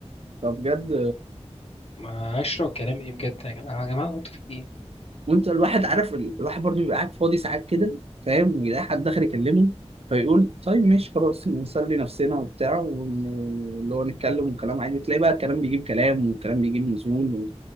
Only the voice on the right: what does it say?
فبجد
وانت الواحد عارف ال- الواحد برضو بيبقى قاعد فاضي ساعات كده فاهم ويلاقي حد داخل يكلمه فيقول طيب ماشي خلاص نسلي نفسنا وبتاع ون- اللي هو نتكلم وكلام عادي تلاقي بقى الكلام بيجيب كلام والكلام بيجيب نزول و-